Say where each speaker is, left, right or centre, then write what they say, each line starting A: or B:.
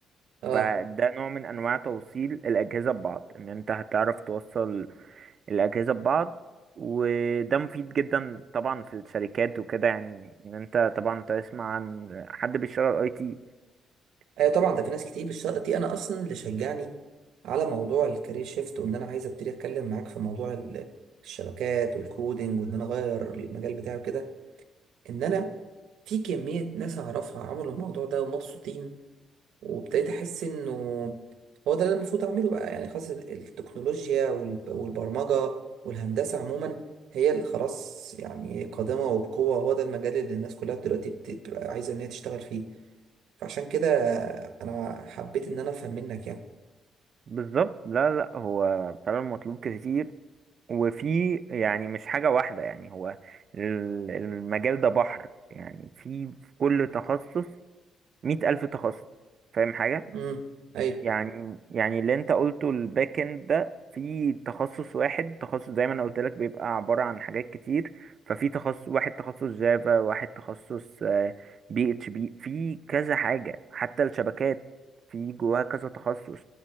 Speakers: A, on the right; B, on the right.
A: اه
B: فده نوع من انواع توصيل الأجهزة ببعض ان انت هتعرف توصل الأجهزة ببعض وده مفيد جدا طبعا في الشركات وكده يعني ان انت طبعا تسمع عن حد بيشتغل اي تي
A: ايوه طبعا ده في ناس كتير بس دي انا اصلا اللي شجعني على موضوع الكارير شيفت وان انا عايز ابتدي اتكلم معاك في موضوع ال- الشبكات والكودينج وان انا اغير المجال بتاعي كده ان انا في كمية ناس اعرفها عملوا الموضوع ده ومبسوطين وابتديت احس انه هو ده اللي المفروض اعمله بقى يعني خلاص ال- التكنولوجيا والب- والبرمجة والهندسة عموما هي اللي خلاص يعني قادمة وبقوة هو ده المجال اللي الناس كلها دلوقتي بت- بتبقى عايزة ان هي تشتغل فيه فعشان كده انا حبيت ان انا افهم منك يعني
B: بالظبط لا لا هو فعلا مطلوب كتير وفي يعني مش حاجة واحدة يعني هو ال- المجال ده بحر يعني في في كل تخصص مئة ألف تخصص فاهم حاجة
A: امم ايوه
B: يعني يعني اللي انت قلته الباك اند ده في تخصص واحد تخصص زي ما انا قلت لك بيبقى عبارة عن حاجات كتير ففي تخصص واحد تخصص جافا واحد تخصص آه، بي اتش بي في كذا حاجة حتى الشبكات في جواها كذا تخصص